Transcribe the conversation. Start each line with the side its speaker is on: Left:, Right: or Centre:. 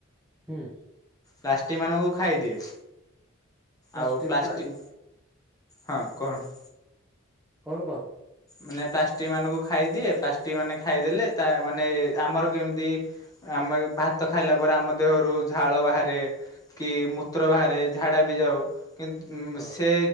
Centre: ହୁଁ
Left: ପ୍ଲାଷ୍ଟିକ ମାନଙ୍କୁ ଖାଇଦିଏ
Centre: ପ୍ଲାଷ୍ଟିକ
Left: ଆଉ ପ୍ଲାଷ୍ଟି
Centre: ପ୍ଲା ଯୋଉ
Left: ହଁ କହନ୍
Centre: କହୁନୁ କହ
Left: ମାନେ ପ୍ଲାଷ୍ଟିକ ମାନଙ୍କୁ ଖାଇଦିଏ ପ୍ଲାଷ୍ଟିକ ମାନେ ଖାଇଦେଲେ ତା ମାନେ ଆମର କେମିତି ଆମେ ଭାତ ଖାଇଲା ପରେ ଆମ ଦେହରୁ ଝାଳ ବାହାରେ କି ମୂତ୍ର ବାହାରେ ଝାଡା ବି ଯାଉ କିନ୍ତୁ
Centre: ହଁ।
Left: ସେ